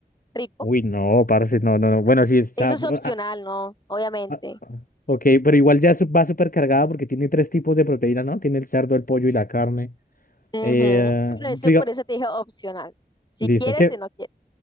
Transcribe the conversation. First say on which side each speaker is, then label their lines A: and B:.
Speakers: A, on the left; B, on the left.
A: rico.
B: Uy, no, parce, no, no, no. Bueno, sí está.
A: Eso es opcional,
B: ah,
A: ¿no? Obviamente.
B: ah, ah. Ok, pero igual ya su- va súper cargada porque tiene tres tipos de proteína, ¿no? Tiene el cerdo, el pollo y la carne.
A: Ujú,
B: Eh,
A: Pero
B: diga-
A: eso, por eso te dije opcional. Si
B: listo.
A: quieres,
B: ¿Qué?
A: si no quieres.